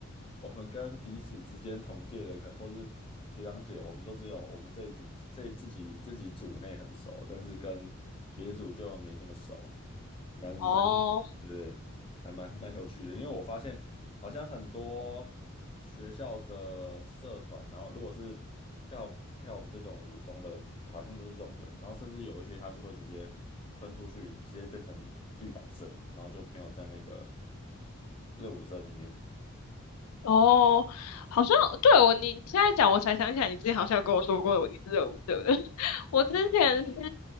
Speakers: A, on the left; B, on the left.
A: 我们跟彼此之间同届的可或是学长姐，我们都只有我们这一这自己自己组内很熟，但是跟别组就没这么熟。蛮蛮，
B: <laughs> 哦，
A: 对，还蛮蛮有趣的，因为我发现好像很多学校的社团，然后如果是跳跳我们这种舞风的，好像都是这种的，然后甚至有一些它是会直接分出去，直接变成地板社，然后就没有在那个热舞社里面，
B: 哦，好像对我你现在讲，我才想起来，你之前好像有跟我说过你是热舞社的。<laughs> 我之前是，